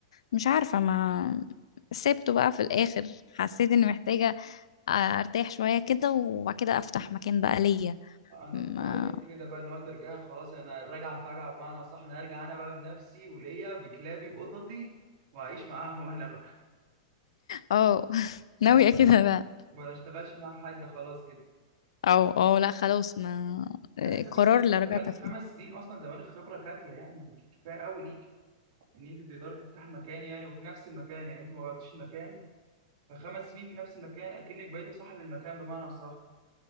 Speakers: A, on the left; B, on the right.
A: مش عارفة ما سبته بقى في الآخر حسيت إني محتاجة آه، ارتاح شوية كده وبعد كده افتح مكان بقى ليا
B: أنا
A: ما
B: كنت أقول لك كده بقى إن هو ترجع خلاص أنا الرجعة فجعة بمعنى صح أنا أرجع أنا بقى بنفسي وليا بكلابي بقططي وأعيش معاهم أنا بقى
A: اه <laughs>
B: ولا
A: ناوية كده بقى
B: ولا أشتغلش مع حد خلاص كده
A: او اه لا خلاص ما
B: لا
A: آه،
B: فكرة
A: قرار
B: إن أنت
A: اللي
B: اشتغلتي
A: رجعت فيه
B: خمس سنين أصلا زمان الخبرة كافية يعني كفاية أوي ليك إن أنت تقدري تفتحي مكان يعني وفي نفس المكان يعني أنت ما غيرتيش المكان فخمس سنين في نفس المكان أكنك بقيتي صاحب المكان بمعنى صح